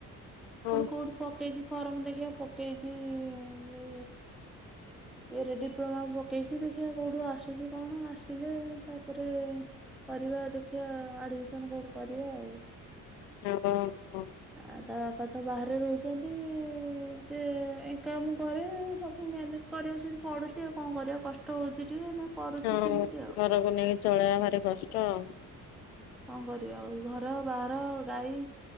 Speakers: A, on the left; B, in the centre.
A: ହଉ।
B: କଣ କଉଠି ପ ପକେଇଚି ଫର୍ମ ଦେଖିଆ, ପକେଇଚି ଇ ଇ ଇଏରେ ଡିପ୍ଲୋମା ପକେଇଚି, ଦେଖିବା କୋଉଠୁ ଆସୁଚି କଣ, ଆସିଲେ ତାପରେ କରିବା ଦେଖିବା ଆଡମିସନ କୋଉଠି କରିବା ଆଉ।
A: ଓ ଓ ହୋ।
B: ଆଉ ତା ବାପା ତ ବାହାରେ ରହୁଚନ୍ତି, ସେ ଏକା ମୁଁ କରେ, ସବୁ ମ୍ୟାନେଜ କରିବାକୁ ସେମି ପଡୁଚି ଆଉ କଣ କରିବା, କଷ୍ଟ ହଉଚି ଟିକେ କରୁଛି
A: ହଁ,
B: ସେମିତି ଆଉ
A: ଘରକୁ ନେଇକି ଚଳେଇବା ଭାରି କଷ୍ଟ ଆଉ।
B: କଣ କରିବା ଆଉ, ଘର ବାହାର ଗାଈ